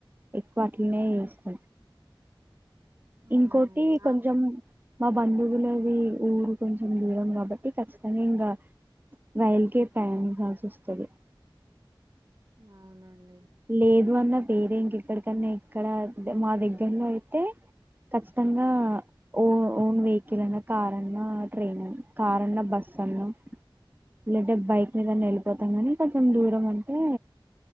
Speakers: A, on the right; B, on the right.
A: ఎక్కువ అట్లనే చేస్తాం
B: ఆ
A: ఇంకోటి
B: నాకు
A: కొంచం మా బంధువులవి ఊరు కొంచెం దూరం కాబట్టి ఖచ్చితంగా ఇంకా రైల్కే ప్రయాణిన్చాల్సొస్తది
B: అవునండి
A: లేదు అన్న పేరే ఇంకెక్కడికన్నా ఇక్కడ దె మా దగ్గర్లో అయితే ఖచ్చితంగా ఓ ఓన్ వెహికిల్ అన్నా కారన్నా ట్రైన్ అన్ కారన్నా బస్ అన్నా లేంటే బైక్ మీదన్న వెళ్ళిపోతాం గానీ కొంచెం దూరం ఉంటే